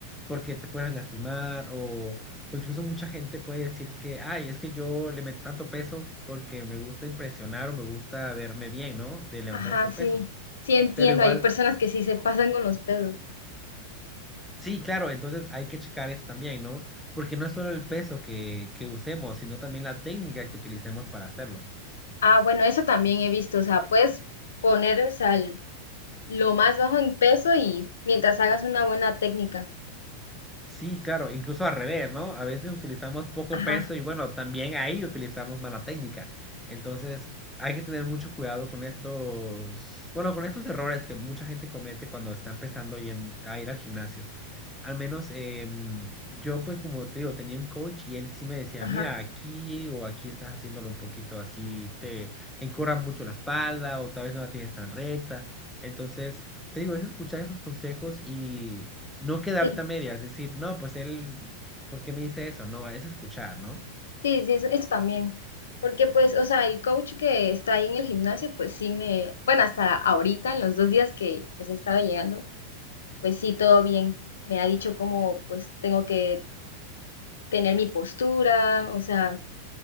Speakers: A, in the centre; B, on the left (about 65°).
A: porque te puedes lastimar o, o incluso mucha gente puede decir que, ay, es que yo le meto tanto peso porque me gusta impresionar o me gusta verme bien, ¿no? De levantar
B: Ajá,
A: ese
B: sí.
A: peso.
B: Sí, entiendo.
A: Pero igual
B: Hay personas que sí se pasan con los pesos.
A: Sí, claro, entonces hay que checar eso también, ¿no? Porque no es solo el peso que, que usemos, sino también la técnica que utilicemos para hacerlo.
B: Ah, bueno, eso también he visto. O sea, puedes poner, o sea, el- lo más bajo en peso y mientras hagas una buena técnica.
A: Sí, claro, incluso al revés, ¿no? A veces utilizamos poco
B: Ajá,
A: peso y bueno, también ahí utilizamos mala técnica. Entonces, hay que tener mucho cuidado con estos, bueno, con estos errores que mucha gente comete cuando está empezando y en- a ir al gimnasio. Al menos em, yo, pues como te digo, tenía un coach y él sí me decía,
B: ajá.
A: mira, aquí o aquí estás haciéndolo un poquito así, te encorva mucho la espalda o tal vez no la tienes tan recta. Entonces, te digo, es escuchar esos consejos y no quedarte
B: Sí,
A: a medias, decir, no, pues él, ¿por qué me dice eso? No, es escuchar, ¿no?
B: sí, sí, eso, eso también. Porque pues, o sea, el coach que está ahí en el gimnasio, pues sí me, bueno, hasta ahorita, en los dos días que pues he estado llegando, pues sí, todo bien. Me ha dicho cómo pues tengo que tener mi postura, o sea,